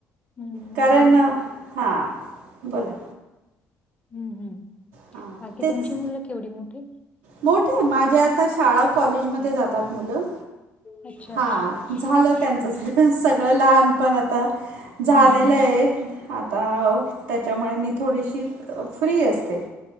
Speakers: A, on the left; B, on the right.
A: हम्म
B: कारण
A: आणि
B: हां बोला.
A: हम्म हम्म.
B: हां
A: बाकी
B: तेच
A: तुमची मुलं केवढी मोठी?
B: मोठे माझ्या आता शाळा कॉलेजमध्येध्ये जातात मुलं.
A: अच्छा, अच्छा.
B: हा झालं त्यांचं
A: हं,
B: सगळं, सगळं लहानपण आता. झालेलं
A: हं, हं.
B: आहे आता त्याच्यामुळे मी थोडीशी फ्री असते